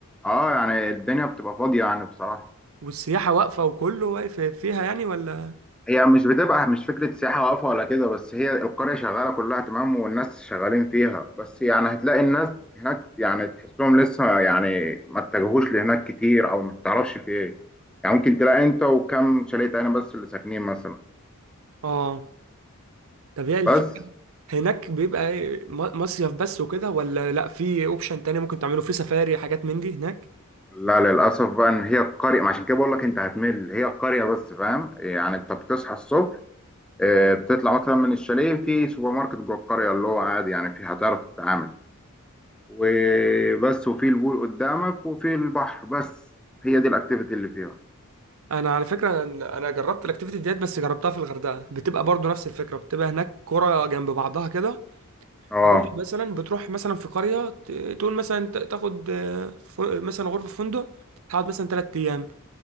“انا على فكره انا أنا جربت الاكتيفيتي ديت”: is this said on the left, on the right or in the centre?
Right